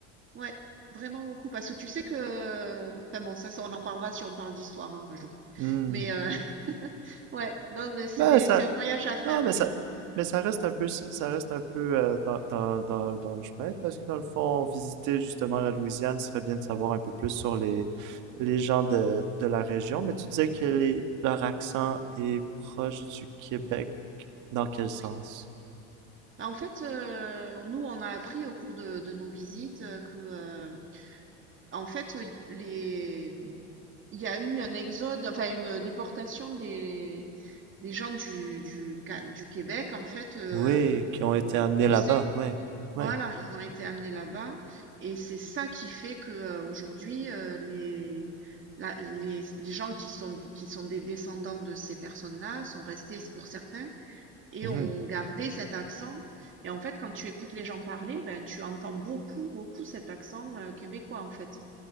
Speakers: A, on the right; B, on the right.
A: ouais, vraiment beaucoup. Parce que tu sais que. Enfin bon, ça, ça, on en parlera si on parle d'histoire un jour.
B: Hmm.
A: Mais euh, <laughs> ouais, non, mais c'est
B: mais
A: des,
B: ça.
A: c'est un voyage à faire.
B: Non, mais
A: hein.
B: ça. Mais ça reste un peu, ça reste un peu euh, dans, dans, dans, dans le chemin, parce que dans le fond, visiter justement la Louisiane, ce serait bien de savoir un peu plus sur les, les gens de, de la région. Mais tu disais que les, leur accent est proche du Québec. Dans quel sens?
A: Oui. Bah, en fait, euh, nous, on a appris au cours de, de nos visites euh, que, euh, en fait, euh, les... il y a eu un exode, enfin une déportation des, des gens du, du, Ca- du Québec, en fait, euh,
B: Oui,
A: au-
B: qui ont été amenés
A: tu
B: là-bas.
A: sais,
B: Oui,
A: voilà,
B: oui.
A: ils ont été amenés là-bas, et c'est ça qui fait que euh, aujourd'hui, euh, les, la- les, les gens qui sont, qui sont des descendants de ces personnes-là sont restés, pour certains, et
B: Mhm.
A: on gardait cet accent. Et en fait, quand tu écoutes les gens parler, ben, tu entends beaucoup, beaucoup cet accent euh, québécois, en fait.